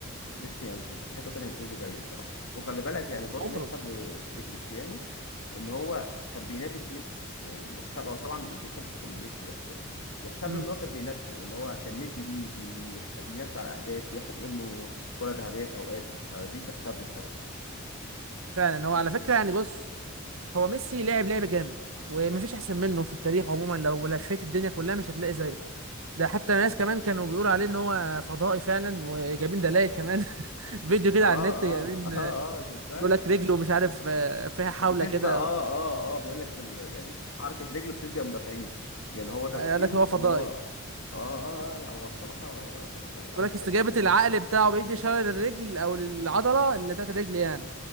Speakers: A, on the left; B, on the right.
A: ميسي يعني مش هي- في حته تانيه مش هيجي زيه بصراحه وخلي بالك يعني برضو
B: عمره
A: يحسب له لكريستيانو ان هو كان بينافس ميسي يعني يحسب هو طبعا كريستيانو مش احسن من ميسي بس يحسب
B: امم
A: له ان هو كان بينافسه ان هو كان ندي ليه بي... بينافسه على اهداف بياخد منه كره ذهبيه في اوقات فدي تحسب له بصراحه
B: فعلا هو على فكره يعني بص هو ميسي لعب لعب جامد ومفيش احسن منه في التاريخ عموما لو لفيت الدنيا كلها مش هتلاقي زيه ده حتى ناس كمان كانوا بيقولوا عليه ان هو فضائي فعلا وجايبين دلائل كمان <laughs> فيديو كده
A: اه
B: على النت جايبين
A: اه اه اه شفتها
B: بيقول لك رجله
A: آه.
B: مش عارف آه، فيها
A: آه،
B: حاولة
A: بتسبق
B: كده
A: اه اه اه بيقول لك ال... يعني حركه رجله بتسبق المدافعين يعني هو تفكيره
B: قال لك هو فضائي
A: ان هو اه اه آه، لا هو بصراحه يعني لعيب
B: بيقول لك
A: اعجازي
B: استجابة العقل
A: يعني
B: بتاعه بيدي إشارة للرجل او للعضلة اللي بتاعت الرجل يعني